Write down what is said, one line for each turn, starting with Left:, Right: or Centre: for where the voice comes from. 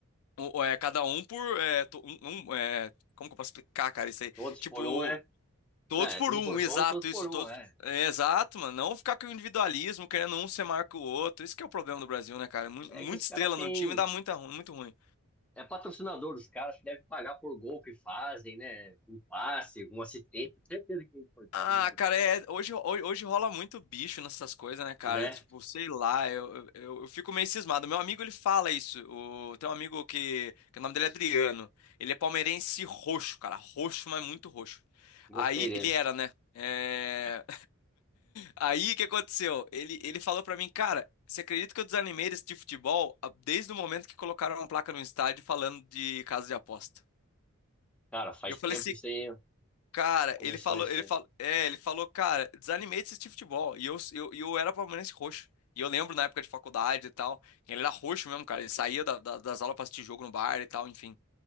Left: o- é, cada um por. é, to- um, um, é, como que eu posso explicar, cara, isso aí?
Centre: Todos
Left: Tipo.
Centre: por um, né?
Left: Todos
Centre: Né,
Left: por
Centre: Um
Left: um,
Centre: por
Left: exato,
Centre: todos, todos
Left: isso,
Centre: por
Left: todos.
Centre: um, é.
Left: é, Exato, mano. Não ficar com o individualismo, querendo um ser maior que o outro. Isso que é o problema do Brasil, né, cara? Mu-
Centre: É
Left: Muita
Centre: que os caras
Left: estrela
Centre: têm.
Left: no time dá muita, ru- muito ruim.
Centre: É patrocinador dos caras que deve pagar por gol que fazem, né? Um passe, um assistente. Certeza que tem por trás,
Left: Ah,
Centre: né?
Left: cara, é, hoje, hoje, hoje rola muito bicho nessas coisas, né, cara?
Centre: Né?
Left: Tipo, sei lá, eu, eu, eu fico meio cismado. Meu amigo, ele fala isso. O, tem um amigo que, que o nome dele é Adriano. Ele é palmeirense roxo, cara. Roxo, mas muito roxo.
Centre: Gostei
Left: Aí,
Centre: dele.
Left: ele era, né? É,
Centre: Ah,
Left: Aí o que aconteceu? Ele, ele falou pra mim, cara, você acredita que eu desanimei desse tipo de futebol a- desde o momento que colocaram uma placa no estádio falando de casa de aposta?
Centre: cara, faz
Left: Eu falei
Centre: tempo
Left: assim,
Centre: isso aí.
Left: cara,
Centre: Começou
Left: ele falou,
Centre: isso
Left: ele
Centre: aí.
Left: falou, é, ele falou, cara, desanimei desse tipo de futebol. E eu, eu, e eu era palmeirense roxo. E eu lembro na época de faculdade e tal, ele era roxo mesmo, cara. Ele saía da- da- das aulas pra assistir jogo no bar e tal, enfim.